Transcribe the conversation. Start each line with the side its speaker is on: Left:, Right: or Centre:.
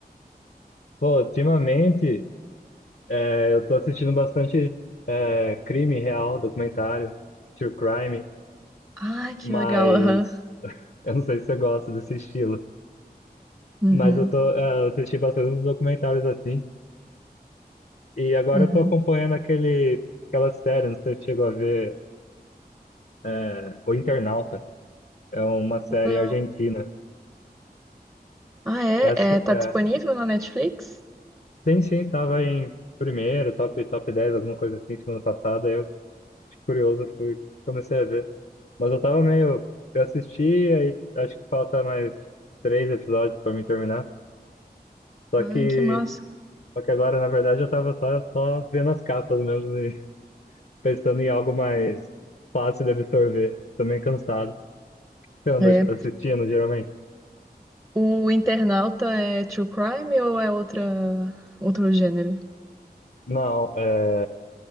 Left: Pô, ultimamente é, eu tô assistindo bastante é, crime real, documentário, true crime,
Right: Ai, que
Left: mas
Right: legal, aham.
Left: eu não sei se você gosta desse estilo.
Right: Uhum,
Left: Mas eu tô, é, eu assisti bastante uns documentários assim. E agora
Right: uhum.
Left: eu tô acompanhando aquele, aquela série, não sei se você chegou a ver, é, O Internauta. É uma série
Right: Não.
Left: argentina.
Right: Ah, é?
Left: Essa,
Right: É, tá
Left: é,
Right: disponível na Netflix?
Left: sim, sim, tava em primeiro, top, top 10 alguma coisa assim, semana passada. Eu, de curioso, fui, comecei a ver. Mas eu tava meio. Eu assisti, aí acho que falta mais três episódios pra mim terminar. Só
Right: Ai,
Left: que,
Right: que massa.
Left: só que agora, na verdade, eu tava só, só vendo as capas mesmo e <laughs> pensando em algo mais fácil de absorver. Tô meio cansado. Você anda
Right: É.
Left: assistindo, geralmente?
Right: O Internauta é true crime ou é outra, outro gênero?
Left: Não, é,